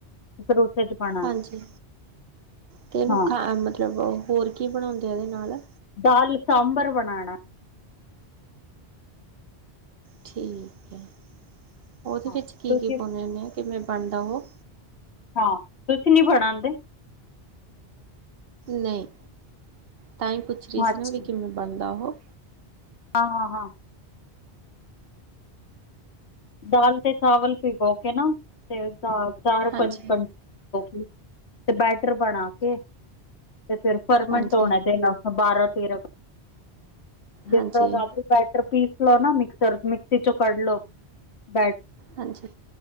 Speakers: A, on the left; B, on the right.
A: ਫਿਰ ਉਸੇ ਚ ਪਾਣੀ
B: ਹਾਂਜੀ ਕਿਨੂੰ
A: ਹਾਂ
B: ਖਾਣਾ ਮਤਲਬ ਹੋਰ ਕੀ ਬਣਾਉਂਦੇ ਆ ਉਹਦੇ ਨਾਲ
A: ਦਾਲ ਸਾਂਬਰ ਬਣਾਉਣਾ
B: ਠੀਕ ਹੈ ਉਹਦੇ
A: ਹਾਂ
B: ਵਿੱਚ ਕੀ-
A: ਤੁਸੀਂ
B: ਕੀ ਪਾਂਦੇ ਹੁੰਦੇ ਹਾਂ ਕਿਵੇਂ ਬਣਦਾ ਉਹ
A: ਹਾਂ ਤੁਸੀਂ ਨੀ ਬਣਉਂਦੇ
B: ਨਹੀਂ ਤਾਂ ਹੀ ਪੁੱਛ ਰਹੀ ਸੀ
A: ਅੱਛਾ
B: ਨਾ ਵੀ ਕਿਵੇਂ ਬਣਦਾ ਉਹ
A: ਹਾਂ - ਹਾਂ ਦਾਲ ਤੇ ਚਾਵਲ ਭਗੋ ਕੇ ਨਾ ਤੇ ਉਸਦਾ ਚਾਰ
B: ਹਾਂਜੀ
A: ਪੰਜ ਤੇ ਬੈਟਰ ਬਣਾ ਕੇ ਤੇ ਫਿਰ ਪਰਮਨੈਂਟ
B: ਹਾਂਜੀ
A: ਹੋਣਾ ਚਾਹੀਦਾ ਬਾਰਾਂ ਤੇਰਾਂ ਜਿਸ
B: ਹਾਂਜੀ
A: ਤਰ੍ਹਾਂ ਰੈ ਰਿਪੀਟ ਲੋ ਨਾ ਮਿਕਸਰ ਮਿਕ੍ਸੀ ਚੋਂ ਕਢ ਲੋ ਬੈਟ
B: ਹਾਂਜੀ